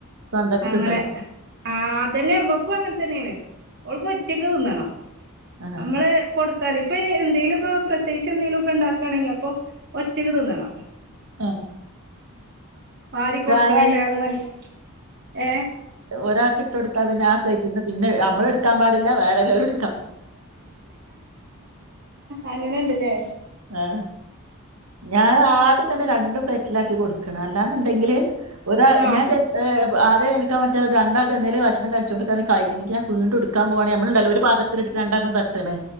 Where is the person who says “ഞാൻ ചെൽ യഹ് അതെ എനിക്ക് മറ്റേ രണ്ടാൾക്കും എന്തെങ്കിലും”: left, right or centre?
Right